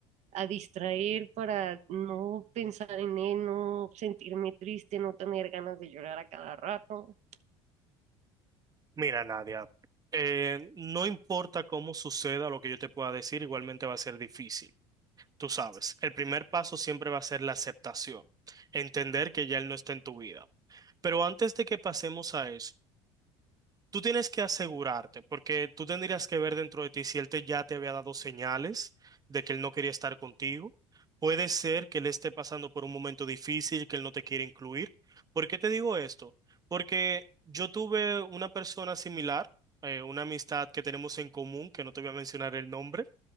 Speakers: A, on the right; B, on the right.
A: a distraer para no pensar en él, no sentirme triste, no tener ganas de llorar a cada rato.
B: Mira, Nadia, eh, no importa cómo suceda lo que yo te pueda decir, igualmente va a ser difícil. Tú sabes, el primer paso siempre va a ser la aceptación, entender que ya él no está en tu vida. Pero antes de que pasemos a eso, Tú tienes que asegurarte, porque tú tendrías que ver dentro de ti si él te, ya te había dado señales de que él no quería estar contigo. Puede ser que él esté pasando por un momento difícil, que él no te quiere incluir. ¿Por qué te digo esto? Porque yo tuve una persona similar, eh, una amistad que tenemos en común, que no te voy a mencionar el nombre,